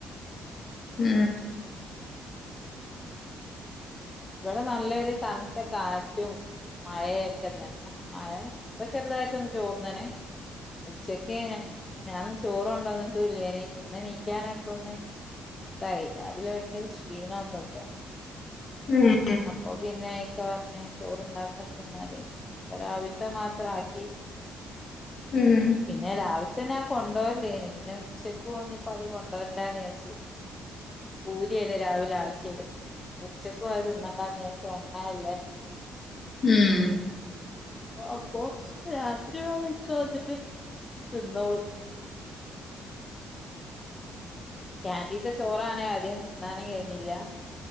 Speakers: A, on the left (about 50°); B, on the left (about 25°).
A: ഉം
B: ഇവിടെ നല്ലൊരു തണുത്ത കാറ്റും. മഴയെക്ക തന്നെ മഴ ഇപ്പൊ ചെറുതായിട്ടൊന്ന് ചോർന്നണ് ഉച്ചക്ക് ഞാൻ ഞാൻ ചോറു കൊണ്ടോന്നിട്ടും ഇല്ലേയ്നി ഇന്ന് എനീക്കാനാക്ക ഒന്ന് ഇതായി രാവിലെ ഭയങ്കര ക്ഷീണം എന്തൊക്കെ
A: ഉം
B: അപ്പൊ പിന്നെ ഇക്ക പറഞ്ഞ് ചോറിണ്ടാക്കണ്ട എന്നാല്. അപ്പൊ രാവിലത്തെ മാത്രം ആക്കി
A: ഉം
B: പിന്നെ രാവിലത്തന്നെ ആഹ് കൊണ്ടോര്ലേനി പിന്നെ ഉച്ചക്ക് ഇഞ്ഞിപ്പോ അത് കൊണ്ടുവരണ്ടാന്ന് വിചാരിച്ച്. പൂരി ആയിനി രാവിലെ ആ‌ക്കിയത്. ഉച്ച ക്കും അത് തിന്നണ്ടാന്ന് വിചാരിച്ച് എണ്ണയല്ലേ
A: ഉം
B: അപ്പൊ രാത്രി വേണെ ഇക്ക വന്നിട്ട് തിന്നോളും കാന്റീത്തെ ചോറാണെ അധികം തിന്നാനും കഴിയുന്നില്ല